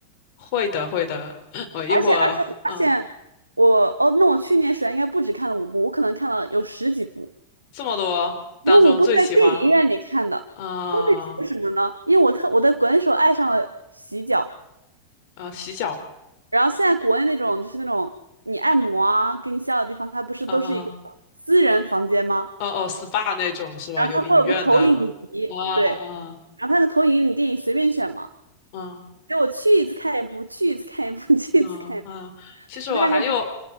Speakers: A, on the left; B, on the right.
A: 会的，会的。<laughs> 我一会儿，
B: 而且而且我发现我哦，
A: 嗯，
B: 那我去年暑假应该不止看了五部，我可能看了有十几部。
A: 这么多当中最喜欢，
B: 有五部是在电影院里看的，
A: 啊
B: 后面为什么呢？因为我特我在国内时候爱上了洗脚，
A: 啊，洗脚，
B: 然后现在国内那种就是那种你按摩啊，给你洗脚的地方，它不是都是一个私人房间吗？
A: 啊啊哦哦，SPA 那种是吧？
B: 然后它会有个投影仪，
A: 有影院的，啊啊
B: 对，然后它那个投影仪你电影随便选嘛，
A: 嗯
B: 所以我去一次看一部，去一次看一部，<laughs> 去一次看一部，
A: 嗯嗯。其实我还有，
B: 我就感觉比较